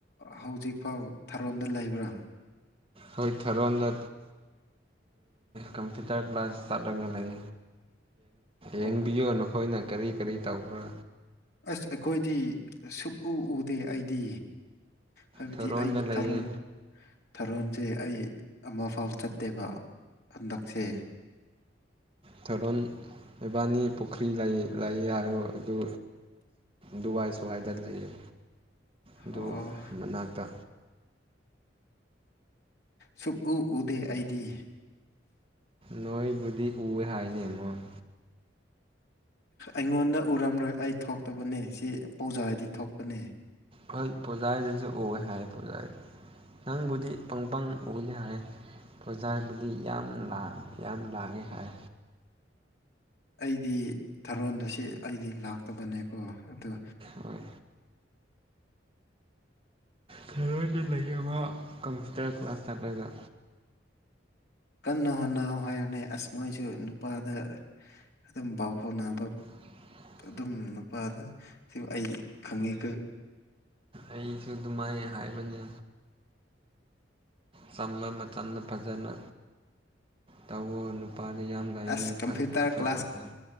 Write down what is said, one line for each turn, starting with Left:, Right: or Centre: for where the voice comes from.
Left: ꯍꯧꯖꯤꯛ ꯐꯥꯎ ꯊꯥꯔꯣꯟꯗ ꯂꯩꯕ꯭ꯔꯥ
Right: ꯍꯣꯏ ꯊꯔꯣꯟꯗ ꯀꯝꯄ꯭ꯌꯨꯇꯔ ꯀ꯭ꯂꯥꯁ ꯆꯠꯂꯒ ꯂꯩ
Left: ꯑꯣ
Right: ꯌꯦꯡꯕꯤꯌꯨ ꯅꯈꯣꯏꯅ ꯀꯔꯤ ꯀꯔꯤ ꯇꯧꯕ꯭ꯔꯥ
Left: ꯑꯁ ꯑꯩꯈꯣꯏꯗꯤ ꯁꯨꯛꯎ ꯎꯗꯦ ꯑꯩꯗꯤ ꯍꯥꯏꯕꯗꯤ
Right: ꯊꯥꯔꯣꯟꯗ
Left: ꯑꯩ
Right: ꯂꯩꯌꯦ
Left: ꯊꯥꯔꯣꯟ ꯊꯥꯔꯣꯟꯁꯦ ꯑꯩ ꯑꯃꯐꯥꯎ ꯆꯠꯇꯦꯕ ꯍꯟꯗꯛꯁꯦ
Right: ꯊꯔꯣꯟ ꯏꯕꯥꯅꯤ ꯄꯨꯈ꯭ꯔꯤ ꯂꯩ ꯍꯥꯏꯔꯣ ꯑꯗꯨ ꯗꯨꯋꯥꯏ ꯁꯋꯥꯏꯗ ꯂꯩꯌꯦ ꯑꯗꯨ
Left: ꯑꯣ
Right: ꯃꯅꯥꯛꯇ
Left: ꯁꯨꯞꯨꯞꯎ ꯎꯗꯦ ꯑꯩꯗꯤ
Right: ꯅꯣꯏꯕꯨꯗꯤ ꯎꯋꯦ ꯍꯥꯏꯅꯦ ꯃꯣꯏ
Left: ꯑꯩꯉꯣꯟꯗ ꯎꯔꯝꯂꯣꯏ ꯑꯩ ꯊꯣꯛꯇꯕꯅꯦ ꯁꯤ ꯄꯧꯖꯥꯗꯤ ꯊꯣꯛꯄꯅꯦ
Right: ꯍꯣꯏ ꯄꯨꯖꯥꯒꯤꯗꯁꯨ ꯑꯣꯏ ꯍꯥꯏ ꯄꯨꯖꯥꯗ ꯅꯪꯕꯨꯗꯤ ꯄꯪꯄꯪ ꯎꯅꯤ ꯍꯥꯏ ꯄ꯭ꯔꯣꯖꯥꯕꯨꯗꯤ ꯌꯥꯝ ꯌꯥꯝ ꯂꯥꯡꯉꯤ ꯍꯥꯏ
Left: ꯑꯩꯗꯤ ꯊꯔꯣꯟꯗ ꯁꯤ ꯑꯩꯗꯤ ꯂꯥꯛꯇꯕꯅꯦꯀꯣ ꯑꯗꯣ
Right: ꯍꯣꯏ ꯁꯔꯅ ꯂꯩ ꯑꯃ ꯀꯝꯄ꯭ꯌꯨꯇꯔ ꯀ꯭ꯂꯥꯁ ꯇꯠꯂꯒ
Left: ꯀꯟꯅ ꯍꯣꯠꯅꯧ ꯍꯥꯏꯔꯅꯦ ꯑꯁ ꯃꯣꯏꯁꯨ ꯅꯨꯄꯥꯗ ꯑꯗꯨꯝ ꯄꯥꯎ ꯍꯣꯠꯅꯕ
Right: <unintelligible>
Left: ꯑꯗꯨꯝ ꯅꯨꯄꯥꯗ ꯁꯤꯕꯨ ꯑꯩ ꯈꯪꯉꯤ
Right: ꯑꯩꯁꯨ ꯑꯗꯨꯃꯥꯏ ꯍꯥꯏꯕꯅꯤ ꯆꯝꯕ ꯃꯇꯝꯗ ꯐꯖꯅ ꯇꯧꯋꯣ ꯃꯄꯥꯗꯤ ꯌꯥꯝ ꯂꯥꯏꯅꯤ
Left: ꯑꯁ ꯀꯝꯄ꯭ꯌꯨꯇꯔ
Right: ꯑꯐꯕ
Left: ꯀ꯭ꯂꯥꯁ
Right: ꯑꯐꯟ